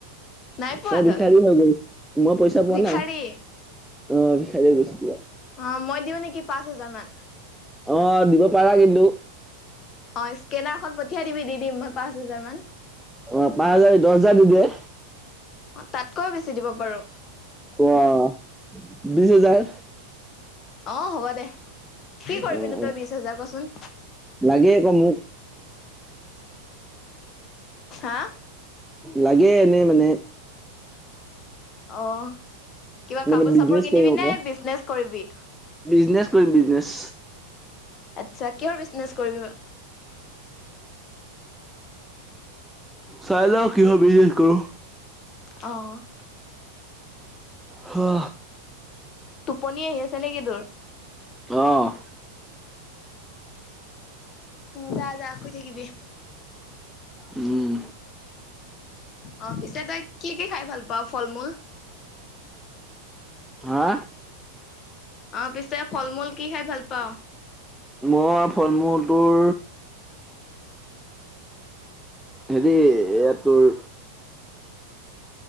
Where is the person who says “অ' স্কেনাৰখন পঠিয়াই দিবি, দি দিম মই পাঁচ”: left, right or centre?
Left